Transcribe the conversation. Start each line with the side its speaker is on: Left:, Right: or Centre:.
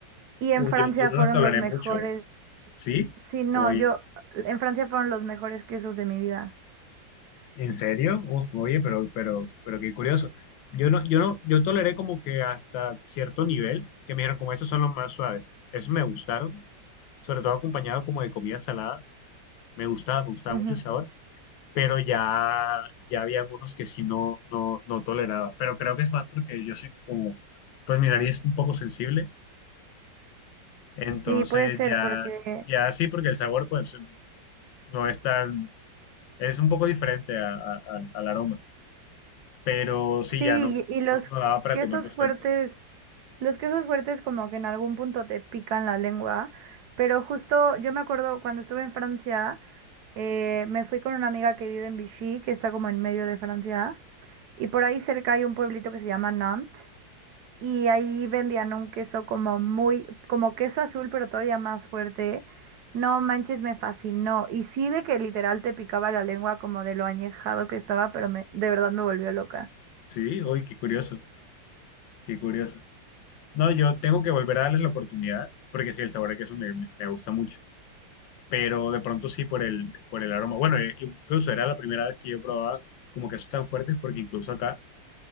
Right: Y
Left: Uy,
Right: en Francia
Left: yo, yo no
Right: fueron
Left: la toleré
Right: los mejores.
Left: mucho. ¿Sí?
Right: Sí, no,
Left: Oye,
Right: yo. En Francia fueron los mejores quesos de mi vida.
Left: ¿en serio? Uf, oye, pero, pero, pero qué curioso. Yo no, yo no, yo toleré como que hasta cierto nivel, que me dijeron como estos son los más suaves. Esos me gustaron, sobre todo acompañado como de comida salada. Me gustaba, me gustaba
Right: Ujú.
Left: mucho el sabor. pero ya, ya había algunos que sí no, no, no toleraba. Pero creo que es más porque yo soy como, pues mi nariz es un poco sensible, entonces
Right: Sí, puede ser,
Left: ya,
Right: porque.
Left: ya sí, porque el sabor pues no es tan, es un poco diferente a- a- a- al aroma, pero sí,
Right: Sí,
Left: ya no,
Right: y y los
Left: no, no daba para
Right: quesos
Left: comerlos
Right: fuertes.
Left: tanto.
Right: Los quesos fuertes como que en algún punto te pican la lengua, pero justo yo me acuerdo cuando estuve en Francia, eh, me fui con una amiga que vive en Vichy, que está como en medio de Francia, y por ahí cerca hay un pueblito que se llama Nantes, y ahí vendían un queso como muy, como queso azul, pero todavía más fuerte. No manches, me fascinó. Y sí de que literal te picaba la lengua como de lo añejado que estaba, pero me, de verdad me volvió loca.
Left: Sí, uy, qué curioso, qué curioso. No, yo tengo que volver a darles la oportunidad, porque sí, el sabor que queso me, me me gusta mucho. pero de pronto sí por el, por el aroma. Bueno, eh, incluso era la primera vez que yo probaba como quesos tan fuertes, porque incluso acá